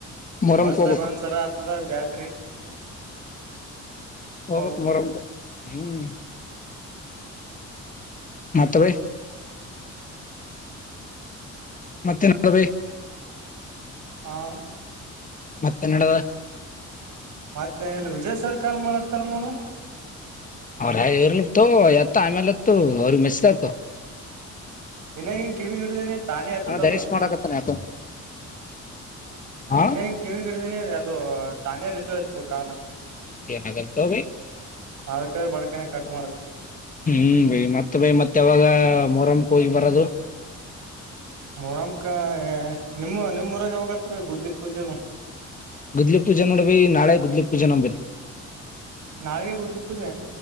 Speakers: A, on the left; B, on the right.
A: ಮೊಹರಂಕ್
B: ವರ್ಷಗ
A: ಹೋಗ್ಬಕ್
B: ಒಂದ್ಸರ ಆತದ ಜಾತ್ರಿ
A: ಹೋಗತ್
B: ಹೋಗ್ಬಕ್
A: ಮೂರಟ ಹ್ಮ್ ಮಾ ತವೇ ಮತ್ತೆ ನಡುವೇ
B: ಹಾ
A: ಮತ್ತೆ ನಡದ
B: ಮತ್ತೇನಲ್ಲಿ ವಿಜಯ್ ಸರ್ ಕಾಲ್ ಮಾಡತ್ತಾರ ನೋಡು
A: ಅವ್ರ ಇರ್ಲತ ಎತ್ತ ಆಮೇಲೆ ಎತ್ತು ಅವ್ರಿಗೆ ಮೆಸದಾತು
B: ಇನ್ನಾಗನ್ ಕಿವಿಡಿದೀನಿ ತಾನೇ ಆತಕ್ದು
A: ಧರೀಶ್ ಮಾಡಕತ್ತಾನ ಯಾಕೋ ಹಾ
B: ಇನ್ನ ಹಂಗ ಕಿವಿ ಹಿಡಿದೀನಿ ಅದು ತಾನೇ ರಿಸ್ಯ್ತದ ಕಾಲ
A: ಏನಗಲ್ ತ ಭ
B: ಅದಕಡೆ ಬಡಕನೆ ಕಟ್ ಮಾಡ್ರ
A: ಹ್ಮ್ ಬೈ ಮತ್ತ ಬೈ ಮತ್ತೆ ಯಾವಾಗ ಮೊರಮಕ್ ಹೋಗಿ ಬರದು
B: ಮೊರಮಕ ನಿಮ್ಮ ನಿಮ್ಮ್ರಗೆ ಹೋಗತ್ತ ಬ ಗದ್ಲಿ ಪೂಜೆ
A: ಗುದ್ಲಿ ಪೂಜೆ ನೋಡಬ ನಾಳೆ ಗುದ್ಲಿ ಪೂಜೆ ನಂಬಲ್ಲಿ
B: ನಾಳೆಗೆ ದ್ಲಿ ಪೂಜೆ